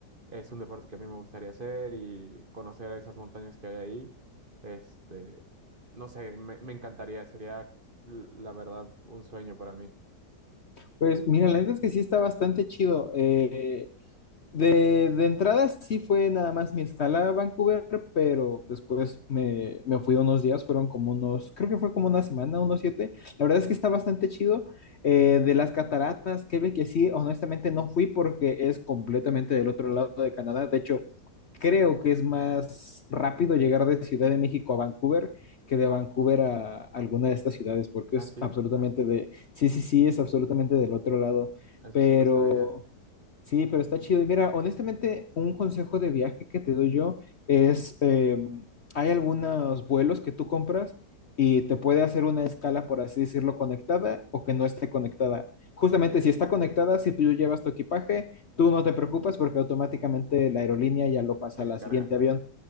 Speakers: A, on the right (about 35°); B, on the left (about 50°).
A: es un deporte que a mí me gustaría hacer y conocer esas montañas que hay ahí. Este, no sé, me, me encantaría, sería l- la verdad un sueño para mí.
B: Pues mira, la neta es que sí está bastante chido. Eh, De, de entrada sí fue nada más mi escala a Vancouver, pero después me, me fui unos días, fueron como unos, creo que fue como una semana, unos siete. La verdad es que está bastante chido. Eh, de las cataratas, Quebec, que sí, honestamente no fui porque es completamente del otro lado de Canadá. De hecho, creo que es más rápido llegar de Ciudad de México a Vancouver que de Vancouver a alguna de estas ciudades, porque
A: Ah,
B: es
A: sí,
B: absolutamente de, sí, sí, sí, es absolutamente del otro lado.
A: eso
B: Pero...
A: sí no sabía.
B: Sí, pero está chido. Y mira, honestamente, un consejo de viaje que te doy yo es, em, hay algunos vuelos que tú compras y te puede hacer una escala, por así decirlo, conectada o que no esté conectada. Justamente si está conectada, si tú llevas tu equipaje, tú no
A: Ujú.
B: te preocupas porque automáticamente la aerolínea ya lo pasa
A: Se encarga.
B: al siguiente avión.